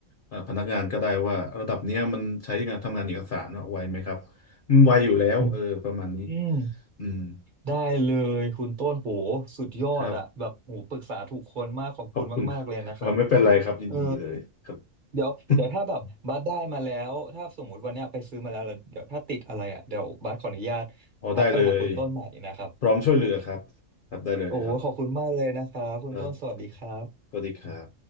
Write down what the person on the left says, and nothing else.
อ่าพนักงานก็ได้ว่าระดับเนี้ยมันใช้งานทำงานเอกสารอะไวไหมครับมันไวอยู่แล้วเออประมาณนี้
อืม
ครับ ขอบคุณครับเออไม่เป็นไรครับยินดีเลยครับ
<laughs> อ๋อได้เลยพร้อมช่วยเหลือครับครับได้เลยครับ
ครับสวัสดีครับ